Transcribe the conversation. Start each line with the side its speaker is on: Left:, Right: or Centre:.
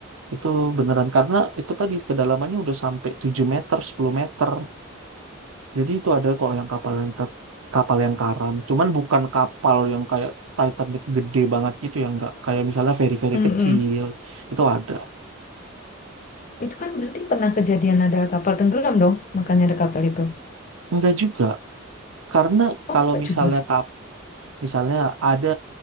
Right: itu beneran karena itu tadi kedalamannya udah sampai 7 meter, 10 meter. Jadi itu ada kok yang kapal yang ter- kapal yang karam. Cuman bukan kapal yang kayak Titanic gede banget gitu ya nggak kayak misalnya feri-feri
Left: Mm-mm.
Right: kecil itu ada.
Left: Itu kan berarti pernah kejadian ada kapal tenggelam dong, makanya ada kapal itu.
Right: Enggak juga. Karena
Left: Oh,
Right: kalau
Left: enggak
Right: misalnya
Left: juga.
Right: kapal Misalnya ada